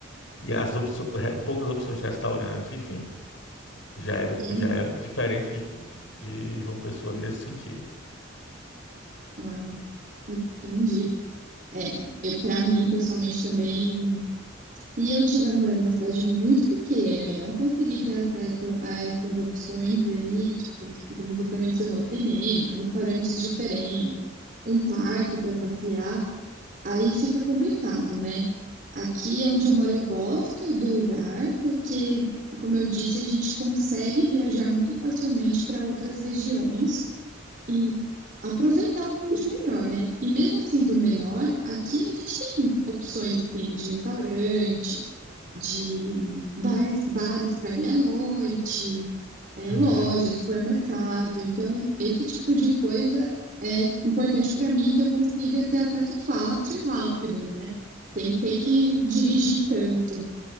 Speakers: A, on the left; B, on the right.
A: E as opço- é, poucas opções de restaurantes, enfim, já é,
B: Uhum.
A: já é diferente de, de João Pessoa nesse sentido.
B: Ah, entendi. É, eu, para mim, pessoalmente, também, se eu estiver morando em uma cidade muito pequena e não conseguir ter acesso a essas opções aí, tipo, como você mencionou, cinema, restaurantes diferentes, um parque para passear, aí fica complicado, né? Aqui onde eu moro, eu gosto do lugar, porque, como eu disse, a gente consegue viajar muito facilmente para outras regiões e aproveitar o que tem de melhor, né? E mesmo sendo menor, aqui a gente tem opções assim de restaurante, de bares, bares para ir à noite, é,
A: Uhum.
B: loja, supermercado. Então, esse tipo de coisa é importante para mim que eu consiga ter acesso fácil e rápido, né? Sem ter que dirigir tanto.